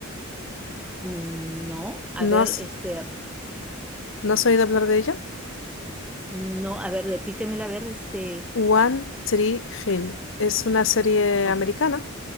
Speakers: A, in the centre; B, on the left (about 65°).
A: Mm, No, a
B: ¿No
A: ver,
B: has,
A: este,
B: no has oído hablar de ella?
A: no, a ver, repítemela, a ver, este...
B: One Tree Hill. Es una serie
A: no.
B: americana